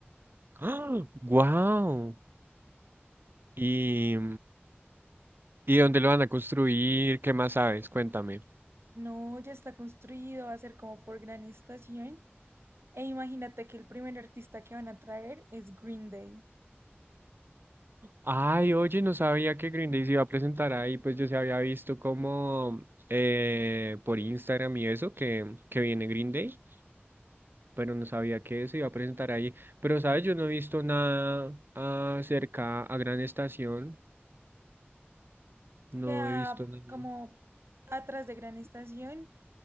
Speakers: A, on the right (about 55°); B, on the right (about 70°).
A: ¡Ah! ¡Wow! ¿Y, y dónde lo van a construir? ¿Qué más sabes? Cuéntame.
B: No, ya está construido, va a ser como por gran estación. E imagínate que el primer artista que van a traer es Green Day.
A: Ay, oye, no sabía que Green Day se iba a presentar ahí, pues yo se había visto como eh, por Instagram y eso, que, que viene Green Day, pero no sabía que se iba a presentar ahí. Pero, ¿sabes? Yo no he visto nada acerca a Gran Estación, no
B: Queda
A: he visto nada.
B: como atrás de gran estación,